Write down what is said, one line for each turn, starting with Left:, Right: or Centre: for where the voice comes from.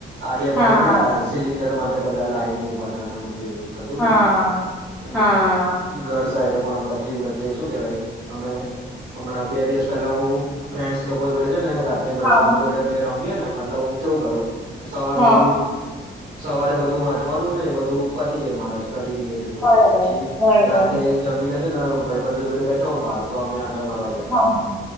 Right: આજે
Centre: હા
Right: પણ કેટલા સિલિન્ડર માટે બધા લાઈન મો બના એ બધું થતું હતું
Centre: હા
Right: ને
Centre: હા
Right: ઘર સાઈડ પણ પછી વચ્ચે શું કેવા અમે હમણાં બે દિવસ પેલા હું ફ્રેન્ડસ લોકો જોડે છે ને તે ભાઈ
Centre: હા
Right: બંધ જોડે અમે રમ મ ને મતલબ હું કેવું કરું સવાર
Centre: હા
Right: બધું સવારે બધું વાંચવાનું ને બધું પતી જાય મહારાષ્ટ્ર સ્ટડી રિલેટેડ બધું
Centre: બરોબર
Right: તો પછી
Centre: બરોબર
Right: રાતે જમીન ભાઈ બંધ જોડે બેઠો બહાર તો અમે રગયા હતા
Centre: હા